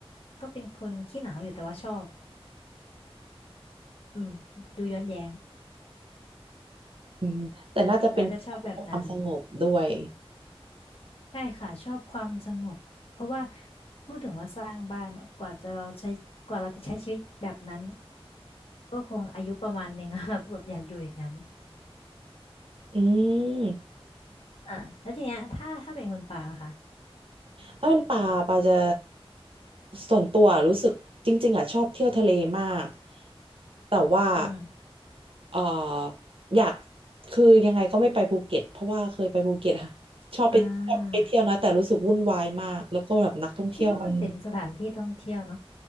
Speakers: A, on the left; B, on the right.
A: ก็เป็นคนขี้หนาวอยู่แต่ว่าชอบอืมดูย้อนแย้ง
B: อืมแต่น่าจะเป็นเพ
A: แต่ว่าจะชอบแบบนั้น
B: ความสงบด้วย
A: ใช่ค่ะชอบความสงบเพราะว่าพูดถึงว่าสร้างบ้านเนอะกว่าจะเราใช้กว่าเราจะใช้ชีวิตแบบนั้นก็คงอายุประมาณหนึ่ง <laughs> แล้วเราก็แบบอยากอยู่อย่างนั้น
B: อืม
A: อ่าแล้วทีเนี้ยถ้าถ้าเป็นคนป่าล่ะคะ
B: ถ้าเป็นป่าป่าจะส่วนตัวรู้สึกจริงๆอ่ะชอบเที่ยวทะเลมากแต่ว่า
A: อืมอม
B: เอ่ออยากคือยังไงก็ไม่ไปภูเก็ตเพราะว่าเคยไปภูเก็ตอะชอบไปชอบไปเที่ยวนะแต่รู้สึกวุ่นวายมากแล้วก็แบบนักท่องเที่ยวมัน
A: อ่าคิดว่ามันเป็นสถานที่ท่องเที่ยวเนาะ